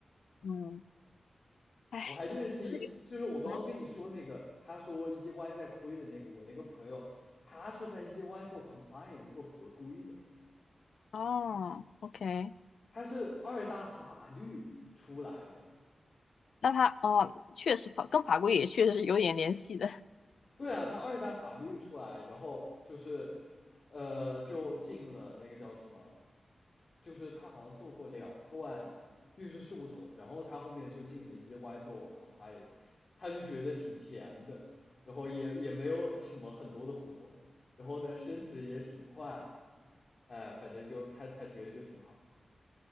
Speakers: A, on the left (about 85°); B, on the left (about 40°).
A: 嗯，哎，
B: 我还认识有，
A: 你不是给
B: 就是我刚刚跟你说那个，
A: 啊？
B: 他说 EY 在亏的那个，我那个朋友，他是在 EY 做 compliance 做合规的，
A: 哦，OK。
B: 他是二大法律出来的，
A: 那他哦，确实法跟法规也确实是有点联系的。
B: 对啊，他二代法律出来，然后就是，呃，就进了那个叫什么，就是他好像做过两段律师事务所，然后他后面就进了 EY 做 compliance，他就觉得挺闲的，然后也也没有什么很多的活，然后呢升职也挺快，哎，反正就他他觉得就挺好，